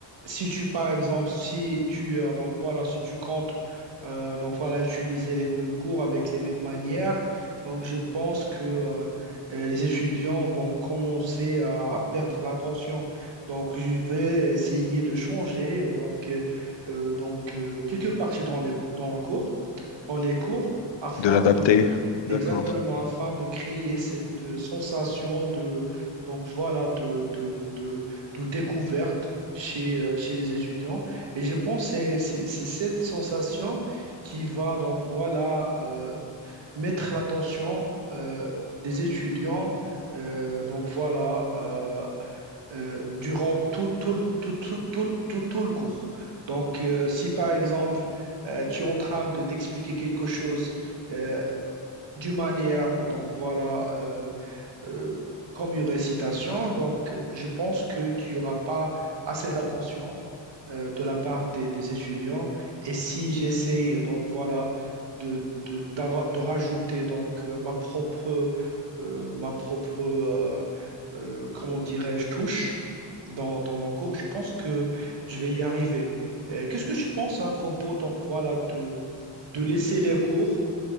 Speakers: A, on the right; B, on the left.
A: Si tu, par exemple, si tu, euh, donc voilà, si tu comptes, euh, donc voilà, utiliser les mêmes cours avec les mêmes manières, donc je pense que euh, euh, les étudiants vont commencer à, à perdre l'attention. Donc je vais essayer de changer, euh, donc, euh, euh, donc euh, quelques parties dans les- dans le cours, dans les cours, afin
B: De l'adapter.
A: de
B: D'accord.
A: Exactement, afin de créer cette euh, sensation de, donc voilà, de, de, de, de découverte chez, euh, chez les étudiants. Et je pense que c'est c'est- c'est cette sensation qui va, donc voilà, euh, mettre l'attention euh, des étudiants, euh, donc voilà, euh, euh, durant tout, tout, le- tout, tout, tout, le tout- tout le cours. Donc, euh, si par exemple, euh, tu es en train de, d'expliquer quelque chose, euh, d'une manière, donc voilà, euh, euh, comme une récitation. Donc, je pense que qu'il n'y aura pas assez d'attention euh, de la part des, des étudiants. Et si j'essaye, donc voilà, de, de, d'ar- de rajouter donc euh, ma propre, euh, ma propre, euh, euh, comment dirais-je, touche dans, dans mon cours, je pense que je vais y arriver. Euh, Qu'est-ce que tu penses à propos, donc voilà, de, de laisser les cours?